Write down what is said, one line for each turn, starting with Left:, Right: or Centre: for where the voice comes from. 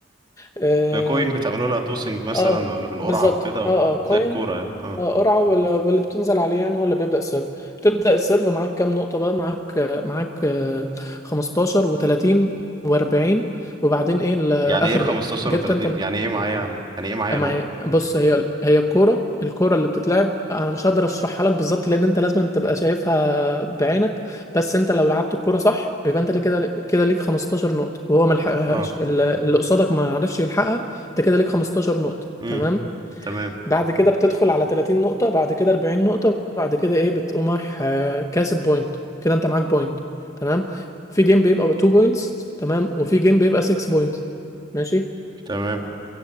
Left: اه,
Right: بكوين بتعملوا لها توسنج مثلا
Left: آه
Right: ولا بالقرعة
Left: بالظبط
Right: وكده و-
Left: اه اه كوين
Right: زي الكورة يعني اه
Left: اه قرعة ولا واللي بتنزل عليه يعني هو اللي بيبدأ السيرف بتبدأ السيرف معاك كام نقطة بقى معاك آه، معاك آه 15 و30 و40 وبعدين ايه ل- اخر
Right: يعني ايه 15
Left: نقطة جبت
Right: و30
Left: انت
Right: يعني ايه معايا يعني ايه معايا
Left: ما
Right: نقط
Left: هي بص هي هي الكوره الكوره اللي بتتلعب انا مش هقدر اشرحها لك بالظبط لان انت لازم تبقى شايفها بعينك بس انت لو لعبت الكوره صح يبقى انت ليه كده كده ليك 15 نقطه وهو ما لحقهاش
Right: اه
Left: اللي اللي قصادك ما عرفش يلحقها انت كده ليك 15 نقطه
Right: امم
Left: تمام
Right: تمام
Left: بعد كده بتدخل على 30 نقطه بعد كده 40 نقطه بعد كده ايه بتقوم رايح آه، كاسب بوينت كده انت معاك بوينت تمام في جيم بيبقى 2 بوينتس تمام وفي جيم بيبقى 6 بوينتس ماشي
Right: تمام